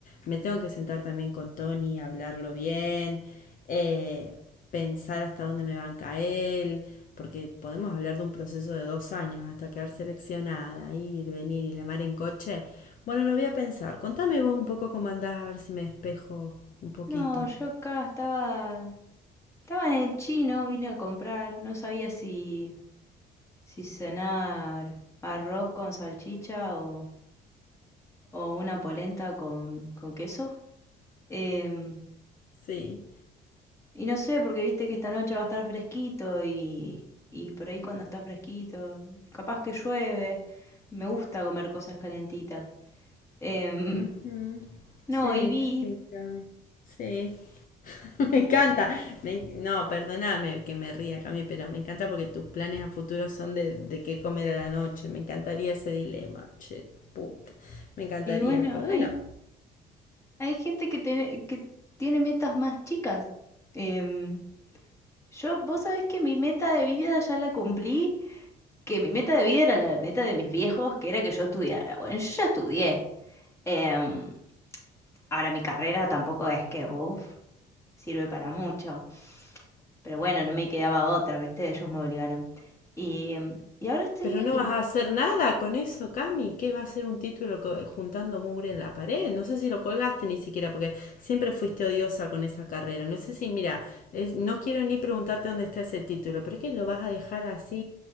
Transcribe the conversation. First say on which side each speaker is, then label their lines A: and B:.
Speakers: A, on the left; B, on the left.
A: me tengo que sentar también con Tony, hablarlo bien, eh, pensar hasta dónde me banca él, porque podemos hablar de un proceso de dos años hasta quedar seleccionada, ir, venir y la mar en coche. Bueno, lo voy a pensar. Contame vos un poco cómo andás, a ver si me despejo un poquito.
B: No, yo acá estaba, estaba en el chino, vine a comprar. No sabía si, si cenar arroz con salchicha o, o una polenta con, con queso. Em,
A: Sí.
B: Y no sé, porque viste que esta noche va a estar fresquito y, y por ahí cuando está fresquito, capaz que llueve. Me gusta comer cosas calentitas. Em,
A: Ujú.
B: no,
A: Sí,
B: y vi,
A: sí, Cami. Sí. <laughs> Me encanta. Me- no, perdóname que me ría, Cami, pero me encanta porque tus planes a futuro son de, de qué comer a la noche. Me encantaría ese dilema, che, puta. Me encantaría,
B: y bueno,
A: pero bueno.
B: hay, hay gente que, tiene- que tiene metas más chicas. Em, yo, vos sabés que mi meta de vida ya la cumplí, que mi meta de vida era la meta de mis viejos, que era que yo estudiara. Bueno, yo ya estudié. Em, ahora mi carrera tampoco es que, uff, sirve para mucho. Pero bueno, no me quedaba otra, ¿viste? Ellos me obligaron. Y, y ahora estoy,
A: Pero no
B: y
A: vas a hacer nada con eso, Cami. ¿Qué va a ser un título co- juntando mugre en la pared? No sé si lo colgaste ni siquiera, porque siempre fuiste odiosa con esa carrera. No sé si, mira, es- no quiero ni preguntarte dónde está ese título, pero ¿qué lo vas a dejar así